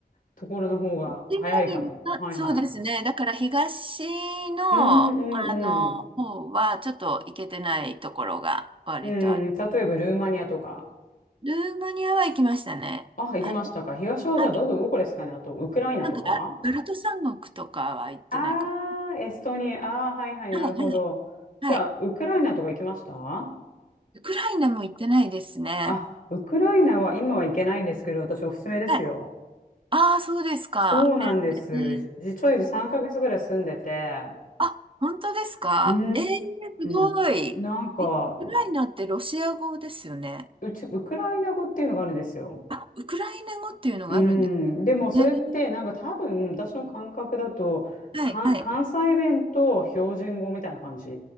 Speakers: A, on the left; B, on the right.
A: ところの方が早いかも。
B: 市内にあ、
A: はいはい。
B: そうですね。だから東の、
A: うんうんうん。
B: あの、方はちょっと行けてないところが割とある。
A: うん、例えばルーマニアとか。
B: ルーマニアは行きましたね。
A: あ、行きましたか。
B: あれ、
A: 東はじゃあど、
B: あ、
A: どこですかね。あと、ウクライナとか。
B: なんか、あバルト三国とかは行ってないかも。
A: ああ、エストニア。ああ、はいはい、
B: はい、
A: なるほど。
B: はい、はい。はい
A: じゃあ、ウクライナとか行きました
B: ウクライナも行ってないですね。
A: あ、ウクライナは今は行けないんですけど、私おすすめですよ。
B: はい。ああ、そうですか。
A: そうなんです。
B: えー、
A: じ実は3ヶ月ぐらい住んでて、
B: あ、本当ですか。
A: うー
B: えー、すごい。
A: ん、なんか、
B: え、ウクライナってロシア語ですよね。
A: うち、ウクライナ語っていうのがあるんですよ。
B: あ、ウクライナ語っていうのがあるんです
A: うーん、でもそれってなんか多分私の感覚だと、
B: ね。はい、
A: か、
B: はい。
A: 関西弁と標準語みたいな感じ